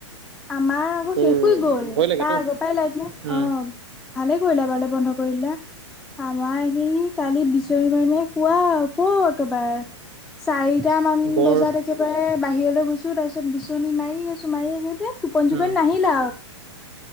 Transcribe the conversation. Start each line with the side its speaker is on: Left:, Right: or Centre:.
Centre: আমাৰ আকৌ
Right: তোৰ
Centre: শেষ হৈ গ'ল
Right: ভয় লাগেতো
Centre: তাৰ আগৰ পৰাই লাইত নাই।
Right: উম
Centre: ভালে কৰিলা এবাৰলৈ বন্ধ কৰিলা। আমাৰ এই কালি বিচনি মাৰি মাৰি শুৱা কও একেবাৰে। চাৰিটা মান
Right: বৰ
Centre: বজাত একেবাৰে বাহিৰলৈ গৈছো তাৰপিছত বিচনী মাৰি আছো মাৰি আছোত। টোপন চুপনি
Right: উম
Centre: নাহিল।